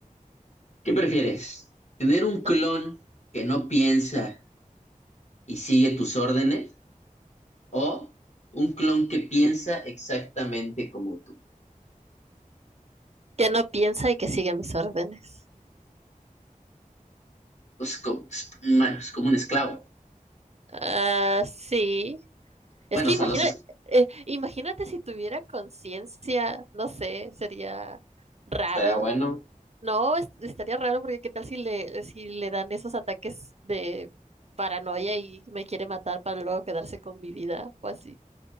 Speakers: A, on the left (about 55°); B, on the right (about 50°).
A: ¿qué prefieres? ¿Tener un clon
B: <laughs>
A: que no piensa y sigue tus órdenes? ¿O un clon que piensa exactamente como tú?
B: Que no piensa y que sigue mis órdenes.
A: Pues como, es man, es como un esclavo.
B: Ah, sí. Es
A: Bueno,
B: que
A: o
B: imagina,
A: sea, los es-
B: eh, imagínate si tuviera conciencia, no sé, sería raro
A: estaría bueno.
B: No, es- estaría raro porque qué tal si le, si le dan esos ataques de paranoia y me quiere matar para luego quedarse con mi vida o así.